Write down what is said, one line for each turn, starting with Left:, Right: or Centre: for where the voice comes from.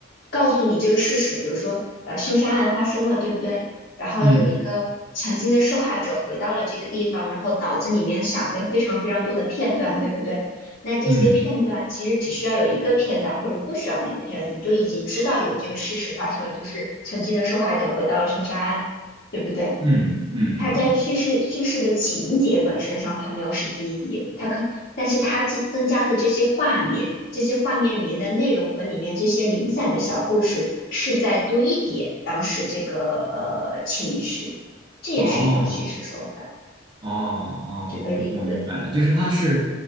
Left: 告诉你这个事实，比如说呃凶杀案发生了，对不对？然后有一个曾经的受害者回到了这个地方，
Right: 嗯
Left: 然后脑子里面闪回非常非常多的片段，对不对？那这些片段其实只需要有一个片段，
Right: 嗯
Left: 或者不需要那个片段，你就已经知道有这个事实发生了，就是曾经的受害者回到了凶杀案，对不对？
Right: 嗯嗯嗯嗯，
Left: 它在叙事叙事的情节本身上，它没有实际意义，它可，但是它增增加的这些画面，这些画面里面的内容和里面这些零散的小故事，是在堆叠当时这个呃情绪，这也是一种叙事手法。
Right: 哦哦哦，
Left: 举个例子。
Right: 我我明白了，就是他是